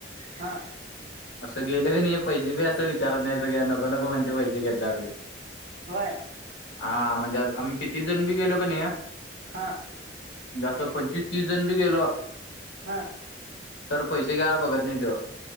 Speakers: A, on the right; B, on the left.
A: हा
B: असं गेलं क नाही पैसे बी असं विचारत नाही सगळे नको -नको म्हणते पैसे घेतल्यावर.
A: होय.
B: हा म्हणजे आम्ही किती जण बी गेलो का नाही
A: हा.
B: असं पंचवीस, तीस, जण बी गेलो
A: हा.
B: तर पैसे घ्यायला बघत नाही त्यो.